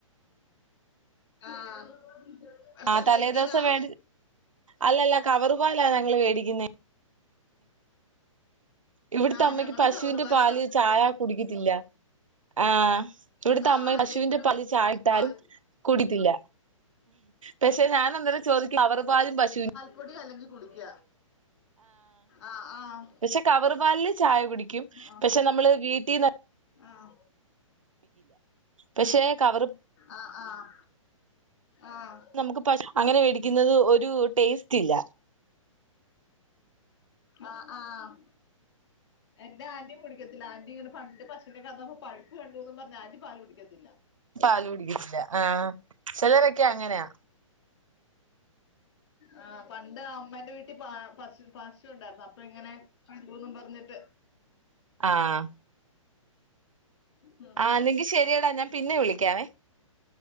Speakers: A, on the left; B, on the right.
A: ആഹ്
B: ആഹ്
A: സൊസൈറ്റീന്നാ
B: തലേദിവസം വേ അല്ലല്ല കവറ്പാല ഞങ്ങള് മേടിക്കുന്ന ഇവിടുത്തെ
A: ആഹ്
B: അമ്മക്ക്
A: ഞങ്ങളും
B: പശുവിന്റെ
A: കവർവാല
B: പാല്
A: വാങ്ങല്
B: ചായ കുടിക്കത്തില്ല. ആഹ് ഇവിടുത്തെ
A: ആഹ്
B: അമ്മ
A: അല്ലേ
B: പശുവിന്റെ
A: ഇവൻ
B: പാല് ചായട്ടാൽ
A: പാൽ
B: കുടിക്കില്ല പക്ഷെ ഞനന്നേരം ചോയക്കില്ല കവർ പലും പശു
A: പൊടികലക്കി കുടിക്ക ആഹ് ആഹ്
B: പക്ഷെ കവർ പാലില് ചായ കുടിക്കും
A: ആഹ്
B: പക്ഷെ നമ്മള് വീട്ടിന്ന്
A: ആഹ്
B: പക്ഷെ കവറ്
A: ആഹ് ആഹ് ആഹ്
B: നമുക്ക് പ അങ്ങനെ വേടിക്കുന്നത് ഒരു ടേസ്റ്റ് ഇല്ല
A: ആഹ് ആഹ് എന്റെ ആന്റീം കുടിക്കത്തില്ല ആന്റ്റി ഇങ്ങനെ പണ്ട് പശുന്റെ കറന്നപ്പൊ പഴുപ്പ് കണ്ടുന്ന് പറഞ് ആന്റി പാല് കുടിക്കത്തില്ല
B: പാല് കുടിക്കത്തില്ല ആഹ് ചിലരൊക്കെ അങ്ങനെയാ
A: ആഹ് പണ്ട് അമ്മേന്റെ വീട്ടിൽ പ പശു പശു ഉണ്ടായിരുന്നു അപ്പൊ ഇങ്ങനെ കണ്ടൂന്നും പറഞ്ഞിട്ട്
B: ആഹ്
A: ഹ
B: ആഹ് അല്ലെങ്കി ശെരിയടാ ഞാൻ പിന്നെ വിളിക്കാവേ